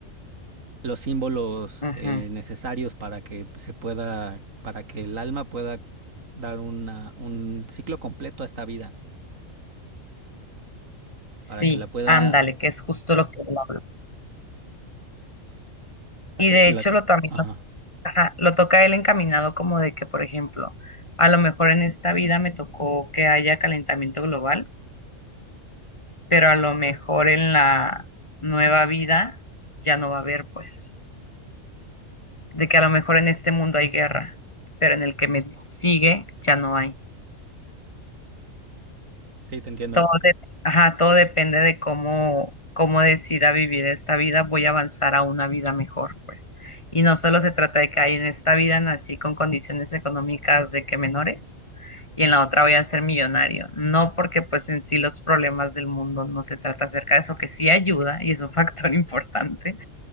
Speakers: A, on the right; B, on the left.
A: los símbolos
B: ujú,
A: eh, necesarios para que se pueda, para que el alma pueda dar una, un ciclo completo a esta vida,
B: sí,
A: para que la pueda,
B: ándale, que es justo lo que él habla.
A: la
B: Y
A: que,
B: de hecho
A: la que,
B: lo también
A: ajá,
B: lo, ajá, lo toca él encaminado como de que, por ejemplo, a lo mejor en esta vida me tocó que haya calentamiento global, pero a lo mejor en la nueva vida ya no va a haber, pues, de que a lo mejor en este mundo hay guerra, pero en el que me sigue ya no hay.
A: sí, te entiendo,
B: Todo, de- ajá, todo depende de cómo, cómo decida vivir esta vida. Voy a avanzar a una vida mejor, pues. Y no solo se trata de que hay en esta vida nací con condiciones económicas de que menores y en la otra voy a ser millonario. No porque pues en sí los problemas del mundo no se trata acerca de eso, que sí ayuda y es un factor <laughs> importante,